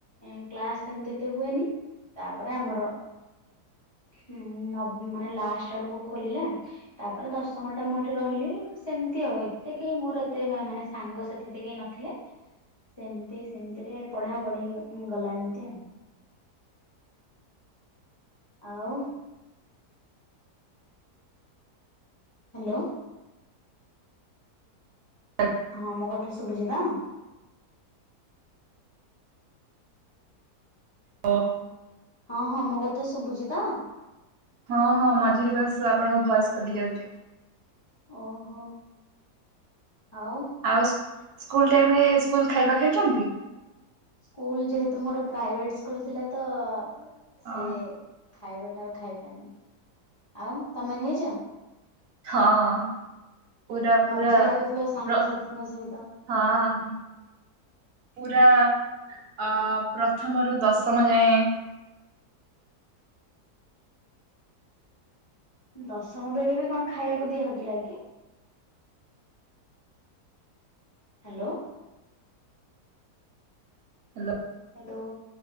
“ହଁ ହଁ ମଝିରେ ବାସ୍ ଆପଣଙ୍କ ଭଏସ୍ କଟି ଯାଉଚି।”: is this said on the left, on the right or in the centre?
Right